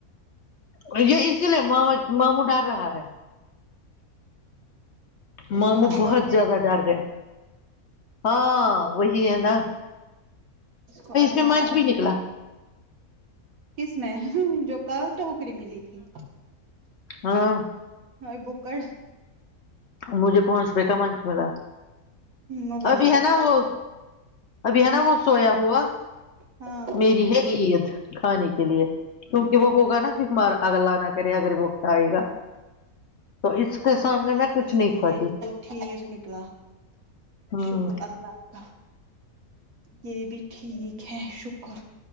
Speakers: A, on the left (about 55°); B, on the right (about 65°).
A: اور یہ اسی لیے ماما ماموں ڈر رہا ہے
B: اس
A: ماموں
B: کو اصل
A: بہت
B: میں
A: زیادہ ڈر گئے ہاں وہی ہے نا
B: اس کو آگرگرہ
A: میں منچ بھی نکلا
B: کس میں جو کل تو ری ملی تھی
A: ہاں
B: اور بکر
A: مجھے پانچ روپئے کا منچ ملا
B: مبارک
A: ابھی ہے نا وہ ابھی ہے نا وہ سویا ہوا
B: ہاں
A: میری ہے عید کھانے کے لیے کیونکہ وہ ہوگا کمار اگگرلہ آ نہ کرے اگر وہ آائے گا تو اس کے سامنے میں کچھ
B: بس
A: نہیں
B: نے یہ
A: کھاتی
B: بت ٹھیک نکلا
A: ہوں
B: شکر اللہ کااں یہ بھی ٹھیک ہے شکر